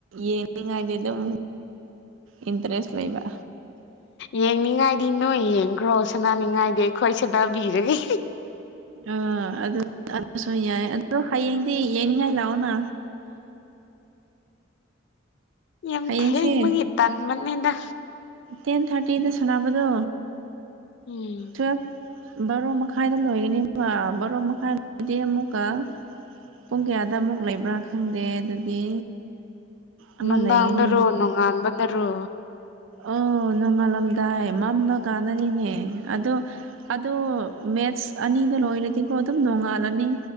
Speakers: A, on the right; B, on the left.
A: ꯌꯦꯡꯅꯤꯡꯉꯥꯏꯗꯤ ꯗꯨꯝ ꯏꯟꯇꯔꯦꯁ ꯂꯩꯕ
B: ꯌꯦꯡꯅꯤꯡꯉꯥꯏꯗꯤ ꯅꯣꯏ ꯌꯦꯡꯈ꯭ꯔꯣ ꯁꯥꯅꯅꯤꯡꯉꯥꯏꯗꯤ ꯑꯩꯈꯣꯏ ꯁꯅꯥꯕꯤꯔꯒꯦ
A: ꯑꯥ ꯑꯗꯨ ꯑꯗꯨꯁꯨ ꯌꯥꯏ ꯑꯗꯨ ꯍꯌꯦꯡꯗꯤ ꯌꯦꯡꯅꯤꯡꯉꯥꯏ ꯂꯥꯛꯑꯣꯅ
B: ꯌꯥꯝ
A: ꯍꯌꯦꯡꯁꯦ
B: ꯊꯦꯡꯕꯒꯤ ꯇꯟꯕꯅꯤꯗ
A: ꯇꯦꯟ ꯊꯥꯔꯇꯤꯗ ꯁꯥꯟꯅꯕꯗꯣ
B: ꯎꯝ
A: ꯇꯨꯌꯦꯜꯐ ꯕꯥꯔꯣ ꯃꯈꯥꯏꯗ ꯂꯣꯏꯒꯅꯤꯗꯅ ꯕꯥꯔꯣ ꯃꯈꯥꯏꯗꯤ ꯑꯃꯨꯛꯀ ꯄꯨꯡ ꯀꯌꯥꯗ ꯑꯃꯨꯛ ꯂꯩꯕ꯭ꯔꯥ ꯈꯪꯗꯦ ꯑꯗꯨꯗꯤ ꯑꯃ
B: ꯅꯨꯡꯗꯥꯡꯗꯔꯣ
A: ꯂꯩꯒꯅꯤ
B: ꯅꯨꯡꯉꯥꯟꯕꯗꯔꯣ
A: ꯑꯣ ꯅꯣꯡꯉꯥꯜꯂꯝꯗꯥꯏ ꯃꯝꯕ ꯀꯥꯟꯗꯅꯤꯅꯦ ꯑꯗꯣ ꯑꯗꯣ ꯃꯦꯠꯁ ꯑꯅꯤꯗ ꯂꯣꯏꯔꯗꯤꯀꯣ ꯑꯗꯨꯝ ꯅꯣꯡꯉꯥꯜꯂꯅꯤ